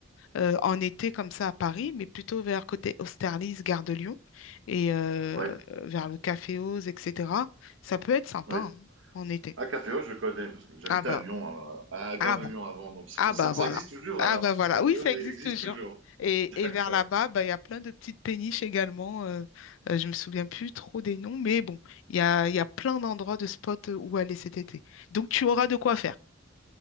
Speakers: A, on the left; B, on the right.
A: euh, en été comme ça à Paris, mais plutôt vers côté Austerlitz, Gare de Lyon et euh,
B: oui,
A: vers le Café Oz, etc. Ça peut être sympa
B: oui.
A: hein, en été.
B: Ah, Caféo, je connais, parce que j'habitais
A: Ah bah,
B: à Lyon, à, à Gare
A: ah
B: de
A: bah,
B: Lyon avant, donc c'est
A: ah
B: pour
A: bah
B: ça que
A: voilà.
B: ça existe toujours,
A: Ah
B: alors.
A: bah voilà.
B: Caféo
A: Oui, ça
B: existe
A: existe toujours.
B: toujours.
A: Et,
B: D'accord,
A: et vers là-bas, bah, il y a plein de petites péniches également. euh, euh, je me souviens plus trop des noms, mais bon, il y a, il y a plein d'endroits de spots où aller cet été. Donc tu auras de quoi faire.